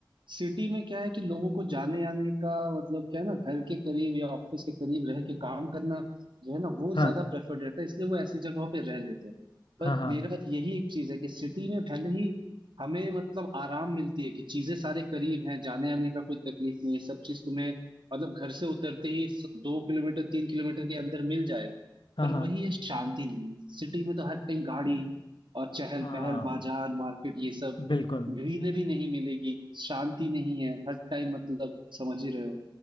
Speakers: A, on the right; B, on the left.
A: सिटी में क्या है कि लोगों को जाने आने का मतलब क्या है ना घर के करीब या ऑफिस के करीब रह के काम करना जो है ना वो
B: हाँ
A: ज्यादा प्रेफर्ड रहता है इसलिए वो ऐसी जगहों पे रह लेते हैं पर
B: हाँ हाँ
A: मेरा यही एक चीज है कि सिटी में भले ही हमें मतलब आराम मिलती है कि चीजें सारे करीब हैं जाने आने का कोई तकलीफ नहीं है सब चीज तुम्हें मतलब घर से उतरते ही स- दो किलोमीटर तीन किलोमीटर के अंदर मिल जाएगा
B: हाँ
A: पर
B: हाँ
A: वही है शांति नहीं है सिटी में तो हर टाइम गाड़ी और चहल
B: हाँ
A: पहल बाजार मार्केट ये सब
B: बिल्कुल
A: ग्रीनरी नहीं मिलेगी शांति नहीं है हर टाइम मतलब समझ ही रहे हो